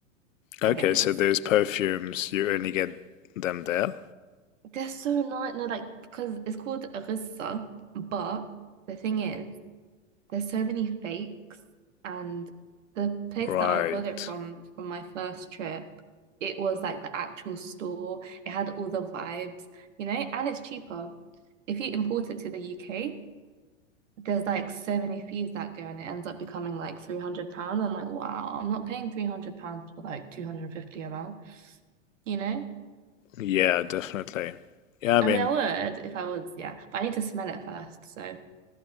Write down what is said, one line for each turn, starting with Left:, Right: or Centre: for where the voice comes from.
Left: Okay,
Right: and get those.
Left: so those perfumes, you only get them there?
Right: They're so nice. No, like, because it's called Arissa, but the thing is, there's so many fakes, and the place
Left: Right.
Right: that I got it from from my first trip, it was like the actual store. It had all the vibes, you know, and it's cheaper. If you import it to the UK, there's like so many fees that go, and it ends up becoming like 300 pounds. I'm like, wow, I'm not paying 300 pounds for like 250 ml, you know?
Left: Yeah, definitely. Yeah, I
Right: I
Left: mean,
Right: mean, I would if I was, yeah, but I need to smell it first, so.